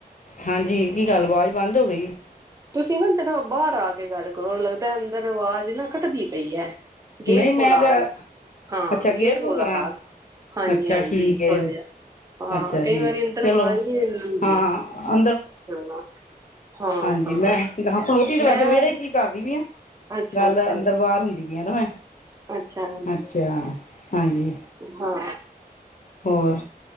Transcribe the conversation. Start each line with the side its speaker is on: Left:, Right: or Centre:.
Left: ਹਾਂਜੀ ਕੀ ਗੱਲ ਵਾਜ਼ ਬੰਦ ਹੋ ਗਈ।
Right: ਤੁਸੀਂ ਨਾ ਅੰਦਰੋ ਬਾਰ ਆ ਕੇ ਗੱਲ ਕਰੋ। ਲੱਗਦਾ ਅੰਦਰ ਵਾਜ਼ ਨਾ ਕਟਦੀ ਪਈ ਐ। ਗੇਟ
Left: ਨਹੀਂ ਮੈਂ
Right: ਕੋਲ ਆ
Left: ਤਾਂ
Right: ਗਏ। ਹਾਂ
Left: ਅੱਛਾ
Right: ਗੇਟ ਕੋਲ
Left: ਕੋ ਕਰਾਂ
Right: ਆ ਹਾਂਜੀ
Left: ਅੱਛਾ
Right: -ਹਾਂਜੀ
Left: ਠੀਕ ਹੈ
Right: ਥੋੜਾ ਜਿਹਾ। ਆਹ
Left: ਅੱਛਾ
Right: ਕਈ
Left: ਜੀ
Right: ਵਾਰੀ ਅੰਦਰ
Left: ਚਲੋ
Right: ਆਵਾਜ਼ ਨਹੀਂ ਆੰਦੀ ਹ ਹੁੰਦੀ
Left: ਹਾਂ
Right: ਨਾ। ਹਾਂ।
Left: ਲੈ
Right: ਹਾਂ
Left: ਮੈ ਖਲੋਟੀ ਤੇ ਵੈਸੇ
Right: ਮੈਂ
Left: ਵਿਹੜੇ ਚੀ ਕਰਦੀ ਪੀ ਆ
Right: ਅੱਛਾ
Left: ਗੱਲ
Right: ਅੱਛਾ
Left: ਐ ਅੰਦਰ ਬਾਹਰ ਹੁੰਦੀ ਪੀ ਆ ਨਾ ਮੈਂ।
Right: ਅੱਛਾ ਜੀ
Left: ਅੱਛਾ ਹਾਂਜੀ
Right: ਹਾਂ।
Left: ਹੋਰ।